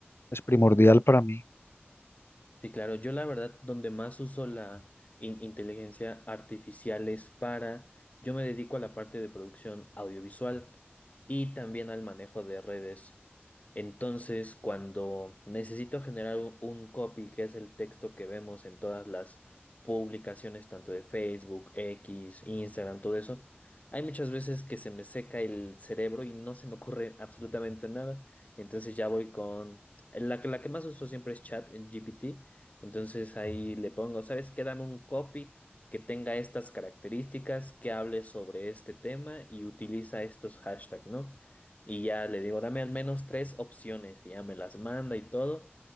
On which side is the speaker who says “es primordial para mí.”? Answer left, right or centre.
Left